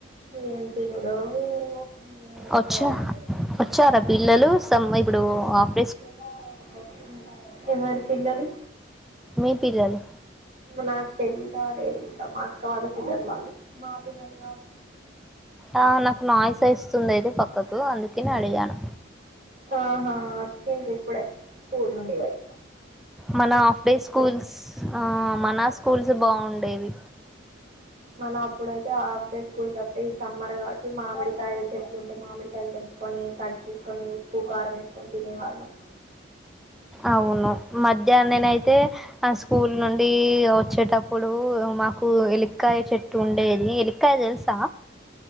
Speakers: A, on the right (about 40°); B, in the centre.
A: ఏం తినుడో ఏమో ఏం అర్థం
B: వచ్చా
A: అవుతలేదు
B: వచ్చారా పిల్లలు తమ్మ ఇప్పుడు ఆఫ్
A: తిన్నారా లేదా మరి <unintelligible> తిన్నారు పిల్లలు
B: మీ పిల్లలు
A: నాకు పెళ్ళి కాలేదు ఇంకా మా అక్క వాళ్ళ పిల్లలు వాళ్ళు, మా పిల్లలు కాదు.
B: ఆ నాకు నాయిస్ ఏస్తుంది ఏదో పక్క కు అందుకని అడిగాను
A: ఆహా అచ్చిండ్రు ఇప్పుడె స్కూల్ నుండి బయి
B: మన ఆఫ్ డే స్కూల్స్ ఆ మన స్ స్కూల్స్ బాగుండేవి
A: మనం అప్పుడయితే హాఫ్ డే స్కూల్స్ వత్తాయి. ఈ సమ్మర్ కాబట్టి మామిడికాయలు చెట్కుంటే మామిడికాయలు తెంపుకొని కట్ చేసుకొని ఉప్పు కారం వేసుకొని తినే వాళ్ళం.
B: అవును మధ్యాహ్న నేనయి తే ఆ స్కూల్ నుండి వచ్చే ట ప్పుడు మాకు ఎలికాయ చెట్టు ఉండేది ఎలికాయ తెలుసా